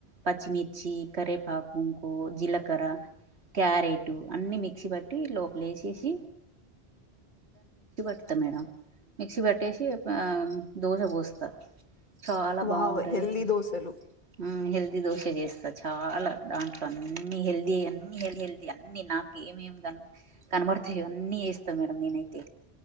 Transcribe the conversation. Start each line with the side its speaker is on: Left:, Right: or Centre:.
Right: పచ్చిమిర్చి కరేపాకుంకు జీలకర్ర క్యారెట్ అన్ని మిక్సీ పట్టి లోపలే ఏసేసి త్త మేడం మిక్సి బట్టేసి ఆ దోశ బోస్త చాలా
Left: వావ్
Right: బాగుంటది
Left: హెల్దీ
Right: టే
Left: దోశలు
Right: ఉమ్ హెల్ ది దోస చేస్తా చాలా దాంట్లో అన్నిీ హెల్దీ అన్ని హెల్దియ్ హెల్దీ అన్ని నా ఏమేమి కనబడతాయో అన్నీవేస్తం మేడం నేనైతే.